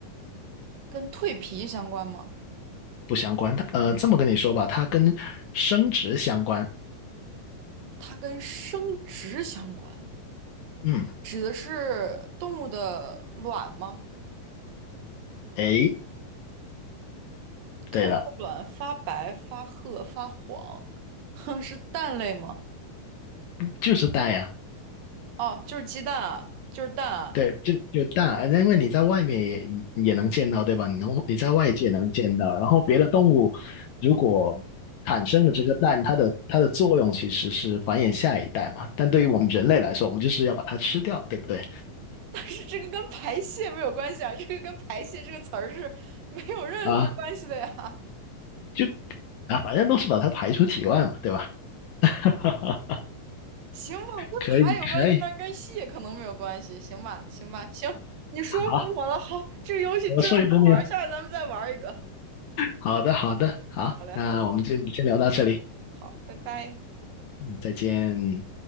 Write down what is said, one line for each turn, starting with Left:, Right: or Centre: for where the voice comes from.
Right: 跟蜕皮相关吗？
Left: 不相关。它呃，这么跟你说吧，它跟生殖相关。
Right: 它跟生殖相关，
Left: 嗯，
Right: 指的是动物的卵吗？
Left: 诶，
Right: 动物的卵发白、
Left: 对了，
Right: 发褐、发黄，哼，是蛋类吗？
Left: 就是带呀、
Right: 哦，就是鸡蛋啊，就是蛋啊。
Left: 对，就就大，因为你在外面也也也能见到，对吧？你能你在外界能见到，然后别的动物如果产生了这个蛋，它的它的作用其实是繁衍下一代嘛。但对于我们人类来说，我们就是要把它吃掉，对不对？
Right: <laughs> 但是这个跟排泄没有关系啊，这个跟排泄这个词儿是没有任何关系的呀。
Left: 啊，就啊，反正都是把它排出体外嘛，对吧？<laughs>
Right: 行吧，跟爬有关系，
Left: 可以，可以，
Right: 但跟戏可能没有关系。行吧，行吧，行，你说服我了。
Left: 好，
Right: 好，这个游戏真好玩儿下次咱们再玩儿一个。
Left: 我说一个你。好的，好的，好，
Right: 好嘞，
Left: 那我们就先聊到这里，
Right: 好嘞，好，拜拜。
Left: 嗯再见。